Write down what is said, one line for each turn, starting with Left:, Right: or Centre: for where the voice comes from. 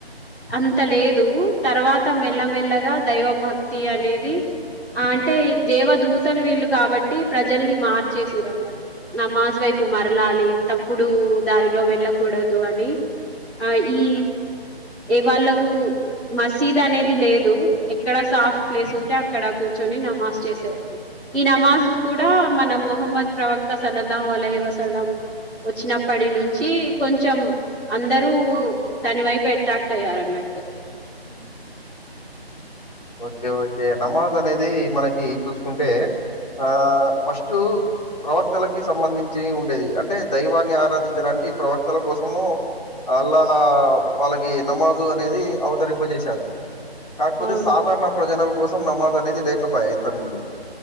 Centre: అంత లేదు తర్వాత మెల్లమెల్లగా దైవభక్తి అనేది అంటే దేవ దూతలు వీళ్ళు కాబట్టి ప్రజల్ని మార్చేసిరన్నట్టు నమాజు వైపు ప్పు మరలాలి తప్పుడు ఉ దారిలో వెళ్ళకూడదు అని ఆ ఈ ఏ వాళ్ళకు మసీద్ అనేది లేదు ఎక్కడ సాఫ్ ప్లేస్ ఉంటే అక్కడ కూర్చొని న్ నమాజ్ చేసేవాళ్లు ఈ నమాజ్ కూడా మన మొహమ్మద్ ప్రవక్త సల్లలాహు అల్ల యు సల్ లం వచ్చినప్పటి నుంచి కొంచెం అందరూ దాని వైపు ఎట్రాక్ట్ అయ్యారు అన్నట్టు
Left: ఉ ఓకే ఓకే నమాజ్ అనేది మనకి చూసుకుంటే ఆ ఫస్టు ఊ ప్రవక్తలకి సంబంధించి ఉండేది అంటే దైవాన్ని ఆరాధించడానికి ప్రవక్తల కోసము అలా వాళ్ళకి నమాజు అనేది అవతరింపజేశాడు కాకపోతే
Centre: అవును
Left: సాధారణ ప్రజనం కోసం నమాజు అనేది లేకపోయా ఇంతకుముందు